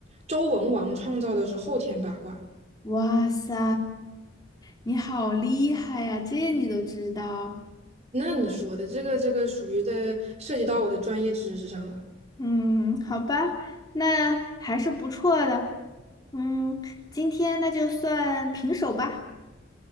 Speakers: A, on the right (about 30°); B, on the left (about 20°).
A: 周文王创造的是后天八卦。
B: 哇塞，你好厉害呀，这你都知道。
A: 那你说的这个这个属于的涉及到我的专业知识上了。
B: 嗯，好吧，那还是不错的。嗯，今天那就算平手吧。